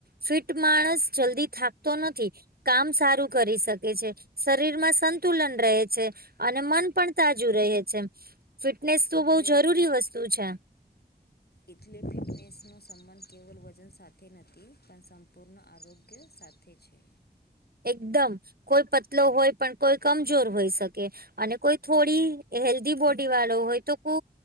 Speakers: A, on the right; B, on the left.
A: ફિટ માણસ જલ્દી થકતો નથી. કામ સારું કરી શકે છે શરીર માં સંતુલન રહે છે. અને મન પણ તાજુ રહે છે ફિટનેસ તો
B: એટલે
A: બહું જરૂરી વસ્તુ છે.
B: ઇથલે ફિટનેસનો સંબંધ કેવલ વજન સાથે નથી પણ સંપૂર્ણ આરોગ્ય સાથ એ છે.
A: એકદમ કોઈ પતલો હોય પણ કોઈ કમજોર હોય શકે અને કોઈ થોડી હેલ્ધી બોડી વાળો હોય તો કો